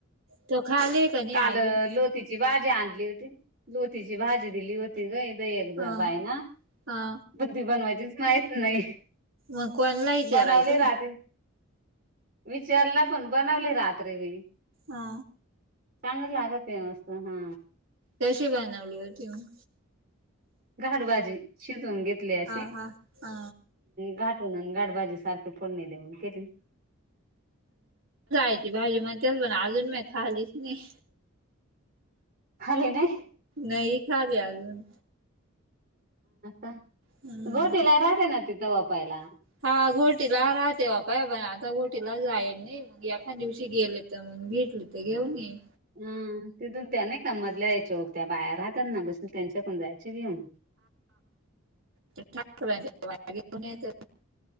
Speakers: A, on the right; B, on the right.
A: तो खाली का नाही
B: काल
A: अजून
B: लोती भाजी आणली होती लोतीची भाजी दिली होती ग एकदा
A: हा
B: बाय ना
A: हा.
B: बुद्धी बनवायचीच माहित नाही
A: मग कोणला विचारायचं
B: बनवले राहते.
A: ना
B: विचारला पण बनवली रात्री मी.
A: हा.
B: चांगलं लागत आहे मस्त हा.
A: कशी बनवली होती म.
B: घाटबाजी शिजून घेतली अशी
A: हा हा हा
B: घाट गाठबाजी सारखी फोडणी देऊन केली.
A: यची भाजी म्हणतेच पण अजून म्या खालीच नाही.
B: खाल्ली नाही.
A: नाही खाले अजून.
B: ह
A: हम्म
B: गोटीला राजे ना तिथं वापायला.
A: हा घोटीला राहते बापाय पण आता घोटीला जाईल नाही मग एखा दिवशी गेले. मग भेटली तर घेऊन ये.
B: ह तिथून त्या नाही का मधल्या यायच्या ग त्या बाहेर राहतात ना बस त्यांच्याकडून जायचे घेऊन.
A: ठकरच्या घेऊन येत